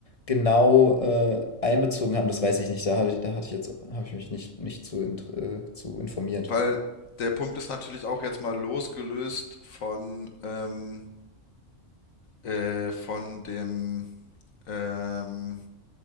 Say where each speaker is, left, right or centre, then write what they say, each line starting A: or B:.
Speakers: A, on the left; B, on the left.
A: genau äh, einbezogen haben, das weiß ich nicht. Da habe ich, da hatte ich jetzt, habe ich mich nicht, nicht zu, int- äh, zu informiert.
B: weil der Punkt ist natürlich auch jetzt mal losgelöst von, ähm, äh, von dem, ähm,